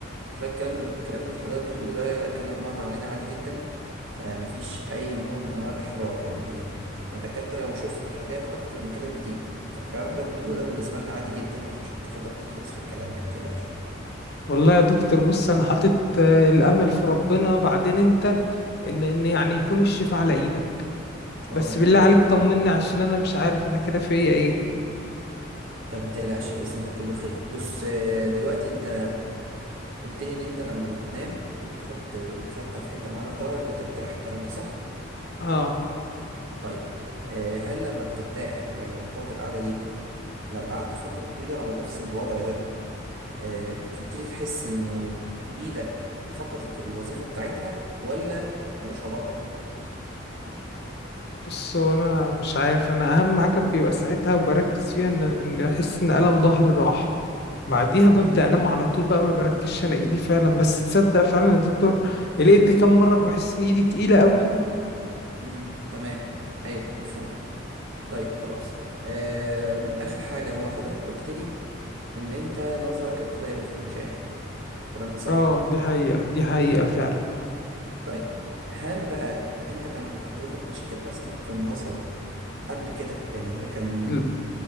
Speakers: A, on the right; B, on the left.
A: حضرتك الكلام اللي الكلام اللي حضرتك بتقوله ده كلام مر علينا عادي جدا فمفيش أي نوع من أنواع الإحراج يعني إحنا دكاترة وشفنا حاجات أكتر من كده بكتير فالكلام حضرتك بتقوله ده بالنسبة لنا عادي جدا يعني عشان تاخد راحتك خالص في الكلام يعني متقلقش إن
B: والله يا دكتور بص أنا حاطط آه الأمل في ربنا بعدين أنت إن إن يعني يكون الشفاء على إيدك
A: شاء
B: بس
A: الله
B: بالله
A: إن
B: عليك
A: شاء الله
B: طمني عشان أنا مش عارف أنا كده فيا إيه
A: طيب ما تقلقش بإذن الله كله خير بص آه، دلوقتي أنت قلت لي إن أنت لما بتنام وبتحط مخدة في حتة معينة في ظهرك بترتاح الكلام ده صح؟
B: آه
A: طيب آه، هل لما بترتاح أو لما بتقعد القعدة دي لو قعدت فترة طويلة على نفس الوضع ده آه، بتبتدي تحس انه ايدك فقدت الوظيفة بتاعتها ولا ملوش علاقة
B: بص هو انا مش عارف انا اهم حاجه بيبقى ساعتها وبركز فيها ان ان احس ان الم ظهري راح بعديها ببدا
A: امم
B: انام على طول بقى ما بركزش انا ايدي فعلا بس تصدق فعلا يا دكتور لقيت كم مره بحس ان ايدي تقيله قوي
A: امم تمام ايوه مفهوم طيب خلاص آم، اخر حاجة هو حضرتك قلت لي ان انت نظرك ابتدى يبقى فيه مشاكل الكلام ده صح
B: اه دي حقيقه دي حقيقه فعلا
A: طيب هل بقى انت كان عند حضرتك مشاكل اصلا في النظر قبل كده يعني هل كان
B: ل-